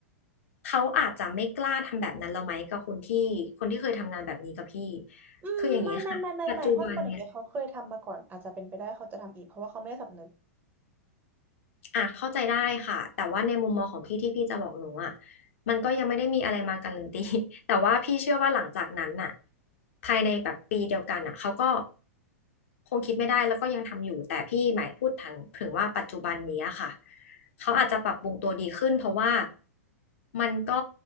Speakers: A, on the left; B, on the right.
A: เขาอาจจะไม่กล้าทำแบบนั้นแล้วไหมกับคนที่คนที่เคยทำงานแบบนี้กับพี่
B: อืมไม่ไม่ไม่ไม่ไม่ถ้าคนอย่างเงี้ยเขาเคยทำมาก่อนอาจจะเป็นไปได้เขาจะทำอีกเพราะว่าเขาไม่ได้สำนึก
A: คืออย่างนี้ค่ะปัจจุบันเนี่ย อ่ะเข้าใจได้ค่ะแต่ว่าในมุมมองของพี่ที่พี่จะบอกหนูอ่ะมันก็ยังไม่ได้มีอะไรมาการันตี <laughs> แต่ว่าพี่เชื่อว่าหลังจากนั้นน่ะภายในแบบปีเดียวกันน่ะเขาก็ คงคิดไม่ได้แล้วก็ยังทำอยู่แต่พี่หมายพูดถึงถึงว่าปัจจุบันนี้อะค่ะเขาอาจจะปรับปรุงตัวดีขึ้นเพราะว่ามันก็